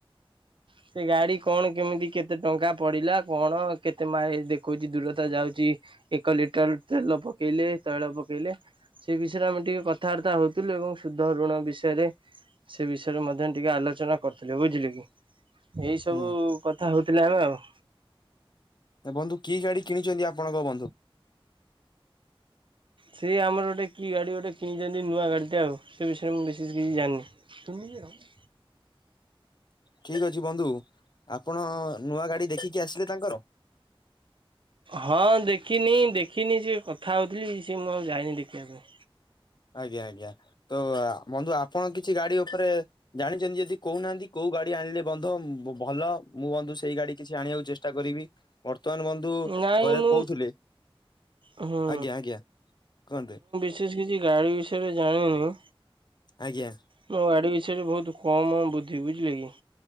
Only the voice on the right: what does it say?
ସେ ଗାଡି କଣ କେମିତି କେତେ ଟଙ୍କା ପଡିଲା କଣ କେତେ ମାଇ ଦେଖଉଚି ଦୂରତା ଯାଉଚି? ଏକ ଲିଟର ତଲ ପକେଇଲେ ତୈଳ ପକେଇଲେ ସେ ବିଷୟରେ ଆମେ ଟିକେ କଥାବାର୍ତ୍ତା ହଉଥିଲୁ ଏବଂ ଶୁଦ୍ଧ ଋଣ ବିଷୟରେ ସେ ବିଷୟରେ ମଧ୍ୟ ଟିକେ ଆଲୋଚନା କରିଥିଲେ ବୁଝିଲେ କି। ଏଇ ସବୁ
କଥା ହଉଥିଲେ ଆମେ ଆଉ।
ସେ ଆମର ଗୋଟେ କି ଗାଡ଼ି ଗୋଟେ କିଣିଚନ୍ତି ନୂଆ ଗାଡ଼ିଟା ଆଉ ସେ ବିଷୟରେ ମୁଁ ବିଶ କିଛି ଜାଣିନି। <unintelligible>
ହଁ ଦେଖିନି ଦେଖିନି ସେ କଥା ହଉଥିଲି ସିଏ ମୁଁ ଯାଇନି ଆଉ ଦେଖିବା ପାଇଁ।
ନାଇଁ
ମୁଁ
ହୁଁ
ସେଷ କିଛି ଗାଡ଼ି ବିଷୟରେ ଜାଣିନି।
ମୋ ଗାଡ଼ି ବିଷୟରେ ବହୁତ କମ ବୁଦ୍ଧି ବୁଝିଲେ କି